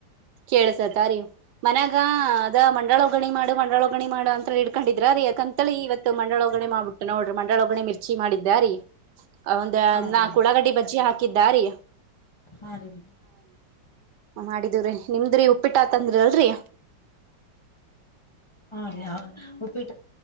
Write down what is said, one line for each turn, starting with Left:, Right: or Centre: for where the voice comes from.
Right: ಕೇಳಳ್ಸತ ರೀ ಮನ್ಯಾಗ ಅದ ಮಂಡಾಳ ಒಗ್ಗರಣಿ ಮಾಡು ಮಂಡಾಳ ಒಗ್ಗರಣಿ ಮಾಡು ಅಂತ ಇಡ್ಕೊಂಡಿದ್ರ ರೀ ಅದಕಂತಳಿ ಇವತ್ತು ಮಂಡಾಳ ಒಗ್ಗರಣಿ ಮಾಡ್ಬಿಟ್ಟು ನೋಡ್ರಿ ಮಂಡಾಳ ಒಗ್ಗರಣಿ ಮಿರ್ಚಿ ಮಾಡಿದ್ದಾರಿ ಹೌದ
Left: ಹಾ
Right: ನಾಕ್
Left: ರೀ
Right: ಉಳಾಗಡ್ಡಿ ಬಜ್ಜಿ ಹಾಕಿದ್ದಾರೀ
Left: ಹಾರಿ
Right: ಮಾಡಿದವ್ರಿ ನಿಮ್ದ್ರಿ ಉಪ್ಪಿಟ್ಟಾತಂದ್ರಿ ಅಲ್ರೀ
Left: ಹಾ ರೀ ಉಪ್ಪಿಟ್ಟ